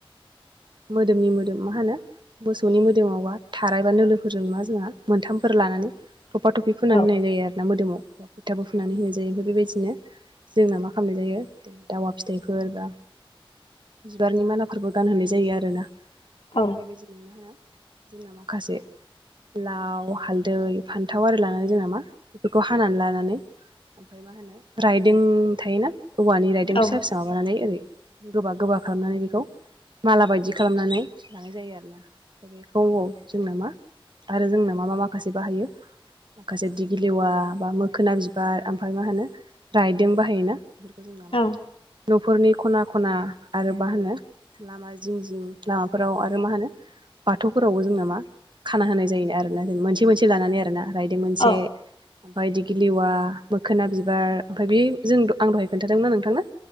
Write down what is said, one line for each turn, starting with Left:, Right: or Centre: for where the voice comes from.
Right: मोदोमनि मोदोम मा होनो मोसौनि मोदोमावबा थारायबा फोरजों मा जोंहा मोनथामफोर लानानै थफा थफि फोननानै
Left: औ
Right: होनाय जायो आरोना मोदोमाव फोथाबो फुनानै होनो जायो ओमफ्राय बेबायदिनो। जोंना मा खालामनाय जायो ज' दावा फिथाइफोर बा बिबारनि मालाफोरबो गानहोनाय जायो आरोना ओमफ्राय
Left: औ
Right: बेबायदिनो मा होनो। जोंना माखासे लाव हालदै फान्थाव आरि लानानै जों नामा बेफोरखौ हानानै लानानै ओमफ्राय मा होनो राइदिं थायोना औवानि राइदिं
Left: औ
Right: फिसा फिसा। माबानानै ओरै गोबा गोबा खालामनानै बेखौ माला बायदि खालामनानै लानाय जायो आरो ना। दबाव जोंनो मा आरो जोंनो मा मा माखासे बाहायो। माखासे दिगिलिवा बा मोखोना बिबार ओमफफ्राय मा होनो रायदों बाहायोना बेफोरखौ। फोजों नामा?
Left: औ
Right: न'फोरनि खना खना आरो मा होनो लामा जिं जिं लामाफोराव आरो मा होनो। बाथौफोरावबो जोंनाामा खाना होनाय जायोन आरो ना जेन मोनसे मोनसे लानानै आरोना रायदों मोनसे
Left: औ
Right: ओमफ्राय दिगिलिवा मोखोना बिबार ओमफ्राय बे जों आं दहाय खोन्थादोंमोन नोंथांनो।